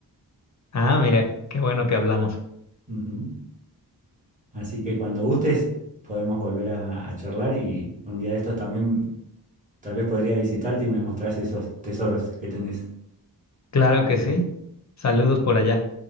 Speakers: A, on the left; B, on the right.
A: Ah, mira, qué bueno que hablamos.
B: Ujú. Así que cuando gustes podemos volver a, a charlar y un día de estos también tal vez podría visitarte y me mostrás esos tesoros que tenés.
A: Claro que sí. Saludos por allá.